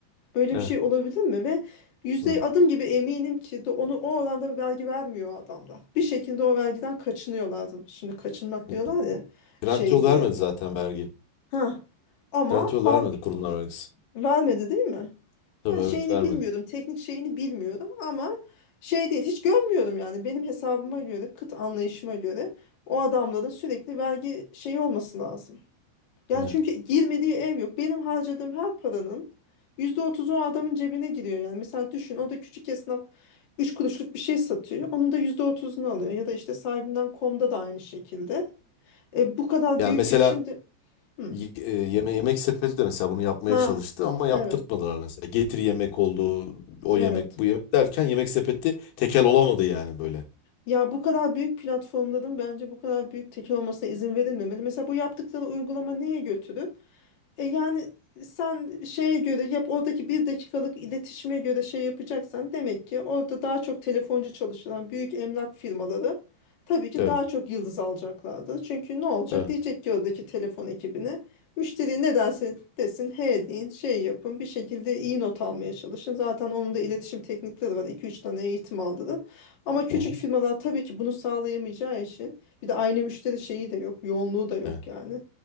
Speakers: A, on the left; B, on the left.
A: Böyle
B: Evet.
A: bir şey olabilir mi? Ve yüzde
B: Hı.
A: adım gibi eminim ki de onu o oranda vergi vermiyor adamlar. Bir şekilde o vergiden kaçınıyorlardı. Şimdi kaçınmak
B: Hı.
A: diyorlar ya
B: Trendyol
A: şey diye.
B: vermedi zaten vergi.
A: Ha. Ama
B: Trendyol
A: mal
B: vermedi kurumlar vergisi.
A: vermedi değil mi?
B: Tabii
A: Yani
B: evet
A: şeyini
B: vermedi.
A: bilmiyorum, teknik şeyini bilmiyorum ama şey değil, hiç görmüyorum yani benim hesabıma göre, kıt anlayışıma göre o adamların sürekli vergi şeyi olması lazım. Yani
B: Evet.
A: çünkü girmediği ev yok. Benim harcadığım her paranın %30 o adamın cebine giriyor. Yani mesela düşün o da küçük esnaf 3 kuruşluk bir şey satıyor. Onun da %30'unu alıyor. Ya da işte sahibinden komda da aynı şekilde. E, bu kadar
B: Yani
A: büyük
B: mesela
A: güç şimdi... Hı.
B: Y- e, Yeme yemek sepeti de mesela bunu yapmaya
A: Ha,
B: çalıştı ama yaptırtmadılar
A: evet,
B: mesela. Getir yemek oldu, o
A: evet.
B: yemek, bu yemek derken yemek sepeti tekel olamadı yani böyle.
A: Ya bu kadar büyük platformların bence bu kadar büyük tekel olmasına izin verilmemeli. Mesela bu yaptıkları uygulama neye götürür? E yani sen şeye göre yap oradaki bir dakikalık iletişime göre şey yapacaksan demek ki orada daha çok telefoncu çalışılan büyük emlak firmaları tabii ki
B: Evet,
A: daha çok yıldız alacaklardır. Çünkü ne olacak?
B: evet.
A: Diyecek ki oradaki telefon ekibine müşteri ne derse desin he deyin şey yapın bir şekilde iyi not almaya çalışın. Zaten onun da iletişim teknikleri var iki üç tane eğitim aldı Ama küçük
B: Hı hı,
A: firmalar tabii ki bunu sağlayamayacağı için bir de aynı müşteri şeyi de yok yoğunluğu da yok
B: evet.
A: yani.